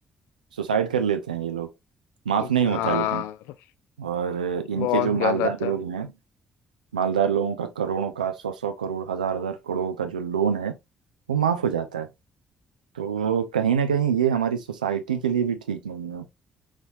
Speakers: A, on the right (about 80°); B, on the left (about 65°).
A: सुसाइड कर लेते हैं ये लोग माफ
B: यार
A: नहीं होता लेकिन और इनके
B: बहुत
A: जो मालदार
B: गलत है
A: लोग हैं मालदार लोगों का करोड़ों का सौ सौ करोड़ हजार हजार करोड़ का जो लोन है वो माफ हो जाता है तो कहीं ना कहीं ये हमारी सोसाइटी के लिए भी ठीक नहीं है